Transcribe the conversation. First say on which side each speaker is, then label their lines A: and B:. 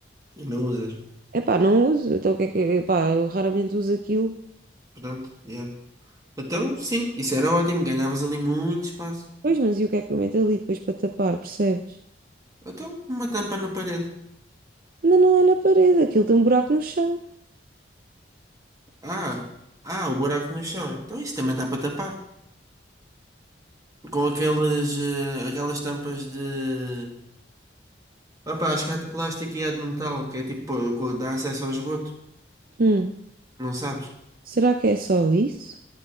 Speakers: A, on the right; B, on the right.
A: E não usas.
B: Epá, não uso. Então o que é que. Epá, eu raramente uso aquilo.
A: Pronto, yeah. Então, sim, isso era ótimo, ganhavas ali muito espaço.
B: Pois, mas e o que é que eu meto ali depois para tapar, percebes?
A: Então, uma tampa na parede.
B: Mas não é na parede, aquilo tem um buraco no chão.
A: Ah, ah, o buraco no chão. Então, isso também dá para tapar. Com aquelas, eh, aquelas tampas de. Opa, acho que há de plástico e há de metal, que é tipo, co- dá acesso ao esgoto,
B: Hum,
A: não sabes?
B: será que é só isso?